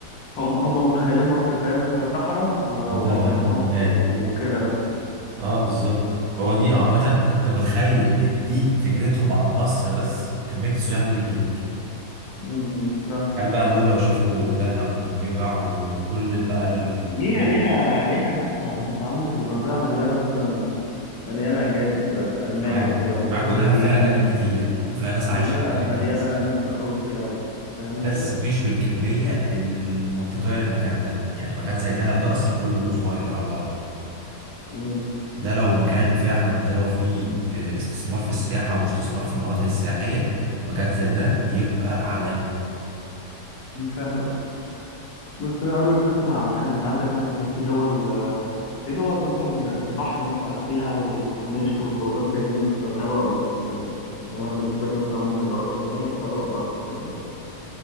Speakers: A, on the left; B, on the right.
A: هم هم متخيلين مصر فاهم انت صحراء و- واهرامات
B: ده امم بل- بالمال
A: وكده بس
B: اه بالظبط هو دي عامة أنت متخيل إن دي فكرتهم عن مصر بس وكمية السياح دي بتجيلك
A: امم، فاهم
B: قال بقى دول لو شافوا دهب ونويبع وكل بقى ال...
A: ليها ليها ليها ناس يعني انت عندك الغردقه مليانه مثلا مليانه اجانب آه، المان
B: معاك
A: وكده واوروبيين
B: معاكوا دهب فيها أجانب كتير وفيها ناس
A: ودهب
B: عايشة أجانب
A: مليانه
B: بس
A: ناس من روسيا و- فاهم انت؟
B: بس مش بالكمية المنطقية للمكان ده يعني مكان زي دهب ده أصلا كله صغير على بعضه
A: امم
B: ده لو مكان فعلا ده لو فيه آه، استثمار في السياحة واستثمار في المناطق السياحية مكان زي ده يبقى عالمي
A: فاهمك بس انا اقول لك مثلا على حاجه انت عندك مثلا في دول في دول مثلا البحر مثلا فيها والكورنيش والخروجات بالليل مثلا اروق من اسكندريه يعني انا بالنسبه لي مثلا ممكن اروح اليونان اروق ما اروح اسكندريه